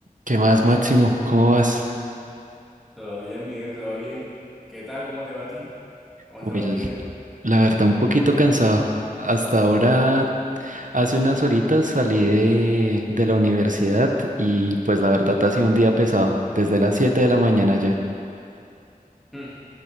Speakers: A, on the right; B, in the centre.
A: ¿Qué más, Máximo? ¿Cómo vas?
B: Todo bien, Miguel, todo bien. ¿Qué tal? ¿Cómo te va a ti? ¿Cómo ha
A: Uy,
B: estado
A: l-
B: tu día?
A: la verdad, un poquito cansado. Hasta ahora, hace unas horitas salí de, de la universidad y pues la verdad ha sido un día pesado, desde las 7 de la mañana ya.
B: Mm,